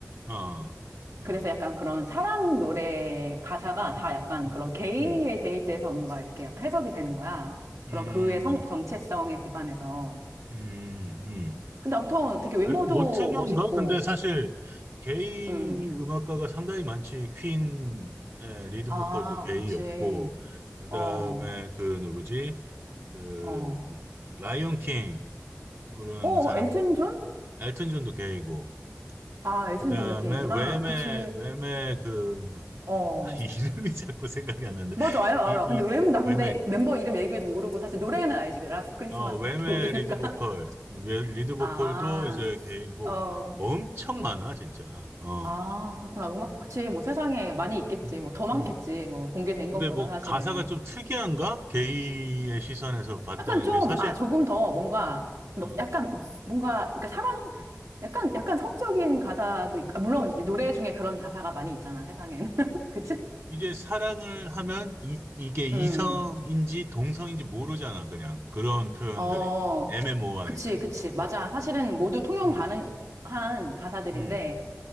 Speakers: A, on the right; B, on the right.
A: 어, 응,
B: 그래서 약간 그런 사랑 노래 가사가
A: 응,
B: 다 약간
A: 응,
B: 그런 게이에
A: 응,
B: 대입돼서 뭔가 이렇게 약간 해석이 되는 거야. 그런
A: 음,
B: 그의 성, 정체성에 기반해서.
A: 음, 음.
B: 근데 아무튼 되게 외모도
A: 그래? 뭐 특이한가?
B: 멋있고,
A: 근데 사실, 게이
B: 음.
A: 음악가가 상당히 많지. 퀸의 리드
B: 아,
A: 보컬도 게이였고,
B: 그치.
A: 그다음에
B: 어,
A: 그 누구지? 그
B: 어.
A: 라이온 킹 부른
B: 어,
A: 사람
B: 엘튼 존?
A: 엘튼 존도 걔이고
B: 아, 엘튼
A: 그다음에
B: 존도 게이구나.
A: 웸의
B: 그치.
A: 웸의 그
B: 어.
A: <laughs> 이름이 자꾸 생각이 안 나는데
B: 맞아, 알아,
A: 이
B: 알아.
A: 이
B: 근데 왜, 나 근데
A: 웸의
B: 멤버 이름 얘기도 모르고 사실 노래는 알지. 라스트 크리스마스밖에
A: 어 웸의
B: 모르니까.
A: 리드 보컬 웨- 리드
B: <laughs>
A: 보컬도
B: 아,
A: 이제 걔이고
B: 어.
A: 엄청 많아 진짜 어
B: 아, 그렇구나. 음악, 그치. 뭐
A: 음,
B: 세상에 많이 있겠지.
A: 음,
B: 뭐 더 많겠지.
A: 음.
B: 뭐 공개된
A: 근데
B: 것보다
A: 뭐
B: 사실은.
A: 가사가 좀 특이한가? 게이의 시선에서 봤다는
B: 약간 좀,
A: 게 사실
B: 아, 조금 더 뭔가, 뭐
A: 어.
B: 약간 뭔가, 그러니까 사랑, 약간, 약간 성적인 가사도 있고, 아, 물론 노래 중에 그런 가사가 많이 있잖아, 세상에는. <laughs> 그치?
A: 이제 사랑을 하면 이, 이게 이성인지
B: 음,
A: 동성인지 모르잖아, 그냥. 그런 표현들이.
B: 어,
A: 애매모호하기
B: 그치,
A: 때문에.
B: 그치. 맞아. 사실은 모두 통용
A: 음,
B: 가능한 가사들인데,
A: 음,